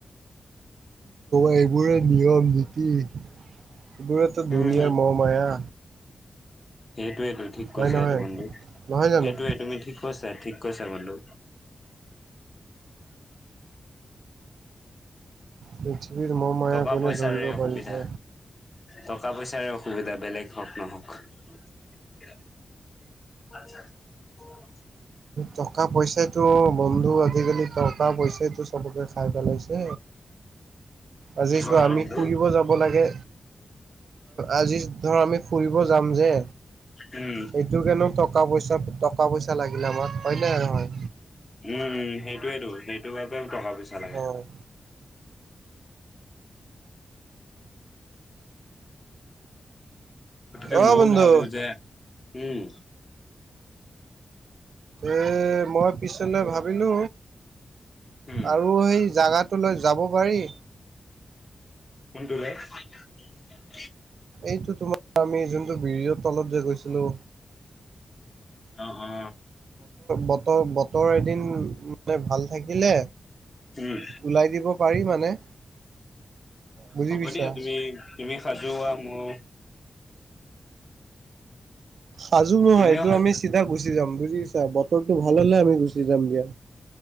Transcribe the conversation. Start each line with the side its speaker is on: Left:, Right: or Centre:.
Right: এইবোৰে নিয়ম নীতি এইবোৰেতো
Left: উম
Right: দুুনীয়াৰ মহ মায়া।
Left: সেইটোৱেটো ঠিক
Right: হয়
Left: কৈছা
Right: নহয়
Left: এইটো বন্ধু
Right: নহয় জানো
Left: সেইটোয়ে তুমি ঠিক কৈছা ঠিক। কৈছা বন্ধু
Right: পৃথিৱীৰ মহ মায়া
Left: টকা
Right: কোনে
Left: পইচাৰে
Right: ধৰিব
Left: অসুবিধা।
Right: পাৰিছে
Left: টকা পইচাৰে অসুবিধা বেলেগ হওঁক নহওঁক। <unintelligible>
Right: টকা পইচাটো বন্ধু আজিকালি টকা পইচা সেইটো চবকে খাই পেলাইছে। আজি
Left: গ'লা
Right: চোৱা আমি
Left: বন্ধু।
Right: ফুৰিব যাব লাগে। আজি ধৰ আমি ফুৰিব যাম যে,
Left: উম,
Right: এইটো হেনো টকা পইচা চব টকা পইচা লাগিলে আমাক হয়নে নহয়।
Left: উম উম, সেইটোয়েইটো সেইটো বাবেও টকা পইচা লাগে।
Right: অ',
Left: গতিকে
Right: অ',
Left: মই
Right: বন্ধু
Left: ভাবো যে, উম।
Right: এ মই পিছলে ভাবিলো
Left: উম,
Right: আৰু সেই জাগাত লৈ যাব পাৰি।
Left: <unintelligible>
Right: এইটো তোমাৰ আমি যোনটো ব্ৰিজৰ তলত যে গৈছিলোঁ।
Left: অ, অ
Right: বতৰ বতৰ এদিন মে ভাল থাকিলে
Left: উম,
Right: উলাই দিব। পাৰি মানে বুজি
Left: হ'ব
Right: পাইছা
Left: দিয়া তুমি তুমি সাজু হোৱা মোৰ
Right: সাজু নহয়
Left: তুমিও
Right: এইটো
Left: হ'ব
Right: আমি চিধা গুচি যাম। বুজি পাইছা বতৰটো ভাল হ'লে আমি গুচি যাম দিয়া।